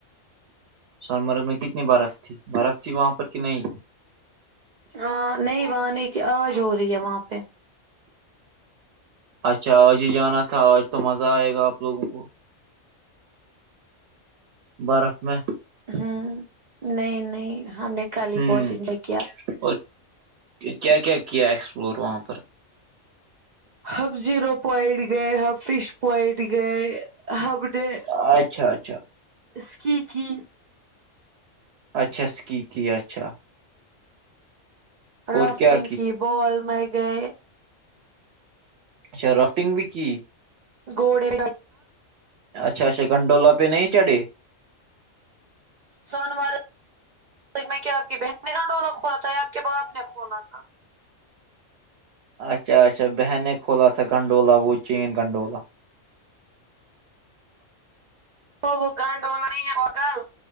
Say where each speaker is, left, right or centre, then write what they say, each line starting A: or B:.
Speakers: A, on the right; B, on the right.
A: سونمرگ میں کتنی برف تھی برف تھی وہاں پر کہ نہیں
B: ہاں نہیں وہاں نہیں تھی آج ہو رہی ہے وہاں پہ
A: اچھا آج ہی جانا تھا آج تو مزہ آئے گا آپ لوگوں کو برف میں
B: ہوں نہیں نہیں ہم نے کالی
A: ہوں
B: بہت انجوائے کیا
A: اور کیا کیا کیا ایکسپلور وہاں پر
B: ہب زیرو پوائنٹ گئے ہب فش پوائنٹ گئے ہبڈے
A: اچھا اچھا
B: اسکی کی
A: اچھا سکییکی اچھا
B: رافٹنگ
A: اور کیا
B: کی بال میں گئے
A: اچھا رافٹنگ بھی کی
B: گوڑے
A: اچھا اچھا گنڈولا پہ نہیں چڑے
B: سنوار میں کیا آپ کی بہن نے گنڈولا کھولا تھا آپ کے باپ نے کھلا تھا
A: اچھا اچھا بہن نے کھولا تھا گنڈولا وہ چین گنڈولا
B: تو وہ گنڈونا ہوگل